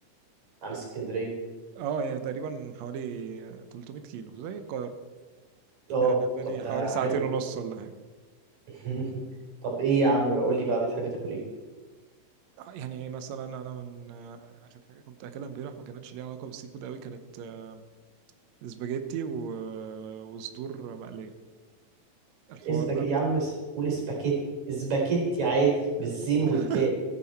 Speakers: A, on the right (about 50°); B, on the right (about 85°).
A: عن اسكندريه
B: اه يعني تقريبا حوالي 300 كيلو زي القاهره
A: اه
B: يعني بالنسبه
A: طب
B: لي حوالي
A: ده
B: ساعتين
A: حلو ده
B: ونص ولا حاجه
A: <laughs> طب ايه يا عم قول لي بقى بتحب تاكل ايه
B: آه، يعني مثلا انا من آه، اخر حاجه كنت اكلها امبارح ما كانتش ليها علاقه بالسي فود قوي كانت آه، سباجيتي و... آه، وصدور مقليه الحوار
A: اسباجيتي
B: ده
A: يا عم اس- قول اسباجيتي اسباجيتي عادي بالزين
B: <laughs>
A: والكاف